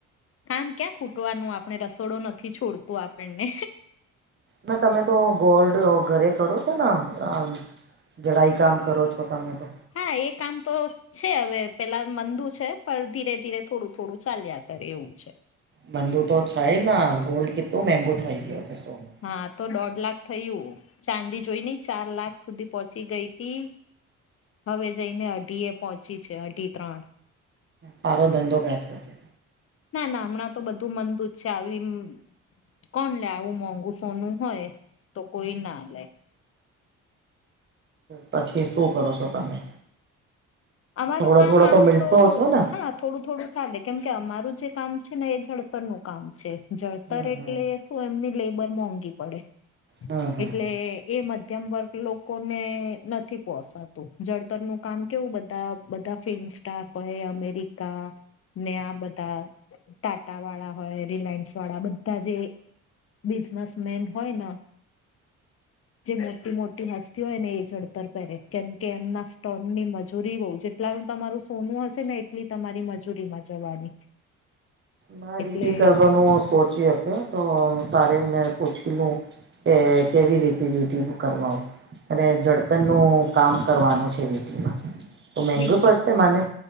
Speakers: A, on the left; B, on the right.
A: કામ ક્યાં ખૂટવાનું આપણે રસોડો નથી છોડતું આપણને
B: ના તમે તો ગોલ્ડ ઘરે કરો છો ને અ જડાઈ કામ કરો છો તમે તો
A: હા એ કામ તો છે, હવે પેલા મંદુ છે, પણ ધીરે ધીરે થોડું થોડું ચાલ્યા કરે એવું છે.
B: મંદુ તો છાય ના ગોલ્ડ કેતુ મેગુ થાય ગયો સોનુ
A: હા તો દોઢ લાખ થયું ચાંદી જોઈ ની ચાર લાખ સુધી પહોંચી ગઈતી હવે જઈને અઢી એ પહોંચી છે, અઢી ત્રણ
B: તારો ધંધો બેસે છે.
A: ના ના હમણાં તો બધું મંદુજ છે, આવી કોણ લે આવું મોંઘુ સોનું હોય તો કોઈ ના લે
B: પછી શું કરો છો તમે?
A: અમારું
B: થોડો
A: કામ
B: થોડો
A: આમ
B: મિલતો
A: તો
B: હશો ને
A: હા થોડું થોડું ચાલે કેમ કે અમારું જે કામ છે, ને એ જડતર નું કામ છે. જળતર
B: હમ
A: એટલે
B: હમ
A: શું એમની લેબર મોંઘી પડે
B: હમ હમ હમ
A: એટલે એ મધ્યમ વર્ગ લોકોને નથી પોસાતું જળતરનું કામ કેવું બ તા બધા ફિલ્મ સ્ટાર હોય અમેરિકા ને આ બધા ટાટા વાળા હોય રિલાયન્સ વાળા બધા જે બિઝનેસમેન હોય ન જે મોટી મોટી હસ્તી હોય ને એ જળતર પહેરે કેમકે એમના સ્ટોનની મજ <unintelligible> જેટલા નું તમારું સોનું હશે ને એટલી તમારી મજૂરીમાં જવાની
B: ના
A: એટલે
B: વીટી કરવાનું સોચી હતી તો તારે મે પૂછી લઉં કે કેવી રીતી વીંટી હું કરવાઉં? અને જડતરનું કામ કરવાનું છે, વીંટીમાં તો મેંઘુ
A: વીટી
B: પડશે મને?